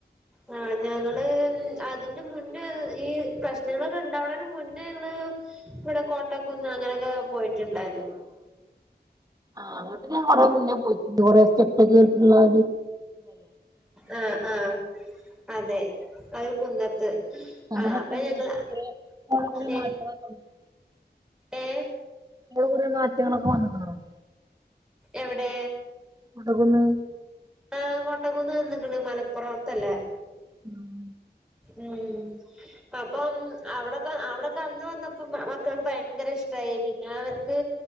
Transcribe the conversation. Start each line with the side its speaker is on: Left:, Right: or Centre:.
Centre: ആ ഞങ്ങള് ഇതിന്റെ മുന്നേ ഈ പ്രശ്നങ്ങളൊക്കെ ഉണ്ടാവുന്നതിന് മുന്നേ ഞങ്ങള് ഇവിടെ കോട്ടക്കുന്ന് അങ്ങനെയൊക്കെ പോയിട്ട് ഉണ്ടാരുന്നു
Right: ആ അങ്ങ് കൊറെ മുന്നെ പോയി കൊറെ സ്റ്റെപ്പക്കെ ള്ള
Centre: ആ ആ ആ അതെ അത് കുന്നത്ത്
Right: അവിടെക്കങ്ങനെ
Centre: ആഹ് അപ്പൊ ഞങ്ങള്
Right: കൂറേ
Centre: ഏഹ്
Right: മാറ്റങ്ങളൊക്കെ ഉണ്ട്
Centre: ഏഹ്
Right: ഇവടെ കുറേ മാറ്റങ്ങളൊക്കെ വന്നിട്ടുണ്ട്
Centre: എവിടെ
Right: കോട്ടക്കുന്ന്
Centre: ആ് കോട്ടകുന്ന് വന്നിക്കണ് മലപ്പുറത്തല്ലേ
Right: ഉം
Centre: ഉം അപ്പം അവിടൊക്കെ അവിടെ അന്ന് വന്നപ്പോ മക്കൾക്ക് ഭയങ്കര ഇഷ്ടായി പിന്നെ അവർക്ക്